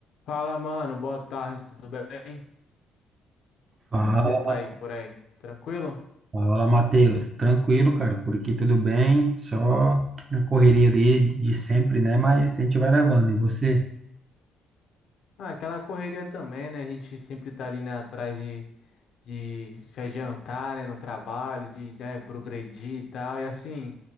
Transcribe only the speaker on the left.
Fala, mano, boa tarde, tudo bem? Como
é que você tá
aí por aí? Tranquilo?
Ah, aquela correria também, né? A gente sempre tá ali, né, atrás de, de se adiantar, né, no trabalho, de, né, progredir e tal. E assim,